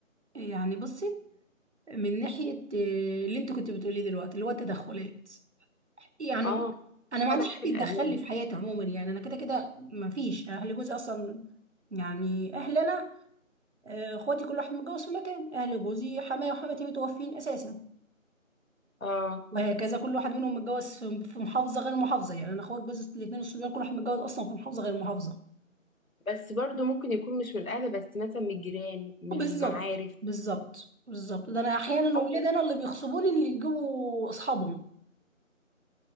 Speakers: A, on the right (about 55°); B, on the left (about 80°).
A: يعني بصي من ناحية آه، اللي انت كنت بتقوليه دلوقتي اللي هو التدخلات يعني
B: اه
A: انا ما
B: طبعا
A: عنديش
B: عيب
A: حد
B: القرايب
A: يتدخل لي في حياتي عموما يعني انا كده كده ما فيش اهل جوزي اصلا يعني اهل انا آه، اخواتي كل واحد متجوز في مكان اهل جوزي حماية وحماتي متوفين اساسا
B: اه
A: وهكذا كل واحد منهم متجوز في في محافظة غير محافظة يعني انا اخوات جوزي الاثنين الصبيان كل واحد متجوز اصلا في محافظة غير محافظة
B: بس برضو ممكن يكون مش من الأهل بس مثلا من الجيران من
A: بالظبط
B: المعارف
A: بالظبط بالظبط ده انا احيانا
B: حد
A: اولاد انا اللي بيغصبوني اللي يجيبوا اصحابهم